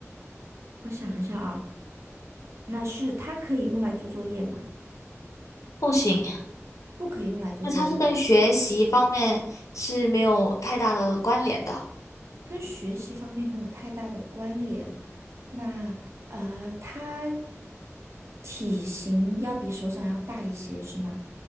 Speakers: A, on the right; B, on the left.
A: 我想一下啊，那是它可以用来做作业吗？
B: 不行，
A: 不可以用来做作业，
B: 那它是跟学习方面是没有太大的关联的。
A: 跟学习方面没有太大的关联。那呃，它体型要比手掌要大一些，是吗？